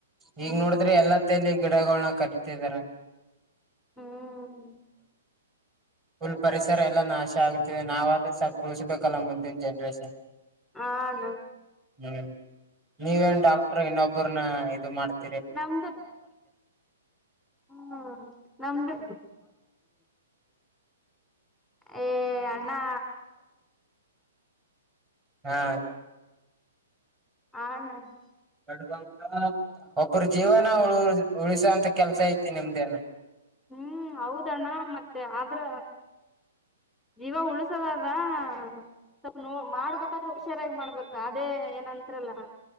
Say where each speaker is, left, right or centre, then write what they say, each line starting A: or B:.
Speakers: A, on the right (about 20°); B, in the centre.
A: ಹಿಂಗ್
B: ಹ್ಮ್
A: ನೋಡಿದ್ರೆ ಎಲ್ಲಾ ತೈಲಿಗ. ಗಿಡಗಳೊನ್ನ ಕಟ್ಟತಿದಾರ
B: ಹ್ಮ್
A: ಫುಲ್ ಪರಿಸರ ಎಲ್ಲಾ ನಾಶ ಆಗ್ತದೆ ನಾವ ಆದ್ರೆ ಸಪ್ ಉಳ್ಸಬೇಕಲ್ಲಾ ಮುಂದಿನ ಜನ್ರೇಷನ್.
B: ಆಣ.
A: <unintelligible> ನೀವೆನ್ ಡಾ. ಶಾಪುರನ ಇದು ಮಾಡ್ತ್.
B: ನಮ್ದರ ಹ ನಮ್ದರ. ಏ ಯಾಡ್. ಅಣ್ಣಾ.
A: ಹ್ಯಾ.
B: ಆಡ ನೌನ್.
A: <unintelligible> ಒಬ್ಬರು ಜೀವನಾ ಉಳ ಉಳಿಸ್ಯಾನ. ಮತ್ತೆ ಕೆಲ್ಸ ಐತಿ ನಿಮ್ದೇನ.
B: ಹ್ಮ್ ಹೌದಣ್ಣ ಮತ್ತೆ ಆದ್ರ ಜೀವ ಉಳಸದಲ್ವಾ ಸ್ವಲ್ಪ ನೋ ಮಾಡ್ಬೇಕಾದ್ರೆ ಹುಷಾರಾಗಿ ಮಾಡ್ಬೇಕ್ ಅದೇ ಏನ್ ಹತ್ರಲ್ಲ